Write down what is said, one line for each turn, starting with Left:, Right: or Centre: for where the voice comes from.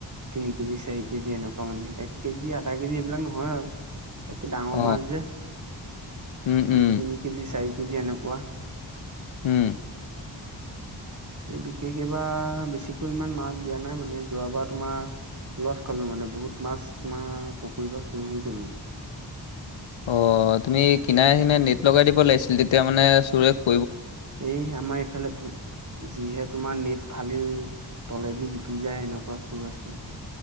Right: তিনি কেজি চাৰি কেজি এনেকুৱা মানে এক কেজি আধা কেজি এইবিলাক নহয়, আৰু তাকে ডাঙৰ
Left: অ
Right: মাছ যে
Left: উম
Right: মানে
Left: উম
Right: তিনি কেজি চাৰি কেজি এনেকুৱা।
Left: হম।
Right: বিশেষ এইবাৰ বেছিকৈ ইমান মাছ দিয়া নাই মানে যোৱাবাৰ তোমাৰ, লছ খালো মানে বহুত মাছ তোমাৰ পুখুৰী বা চুৰ হৈ গল, মানে
Left: অ তুমি কিনাই কিনাই নেট লগাই দিব লাগিছিল তেতিয়া মানে চুৰ,
Right: এই আমাৰ এইফালে যিহে তোমাৰ নেট ফালি তলেদি গুচি যায় এনেকুৱা চুৰ আছে।